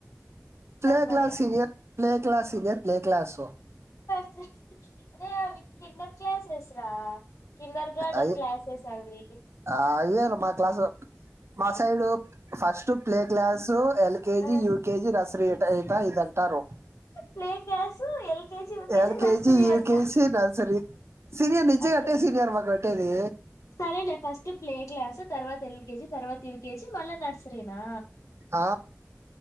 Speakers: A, on the right; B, on the left.
A: ప్లే
B: లో
A: class
B: అవి
A: senior play class senior play class.
B: అరే అవి కిందటి క్లాస్సేస్ రా కిన్నర్ గార్డెన్
A: అయి
B: క్లాసెస్ అవి.
A: అయ్యారు మా క్లాసు మా సైడ్ ఫస్ట్ ప్లే క్లాసు ఎల్కెజి,
B: ఆ
A: యుకెజి, నర్సరీ. అయితా ఇదంటారు
B: play class LKG UKG
A: LKG,
B: nursery
A: యూకేజీ,
B: అంట
A: నర్స్ రీ సినియర్ నిజంగా
B: అంటే
A: గట్నే సీనియర్ పెట్టేది
B: సరేలే ఫస్ట్ ప్లే క్లాస్ తర్వాత ఎల్ కేజీ తర్వాత యూకేజీ మళ్ళా నర్సరీనా.
A: ఆ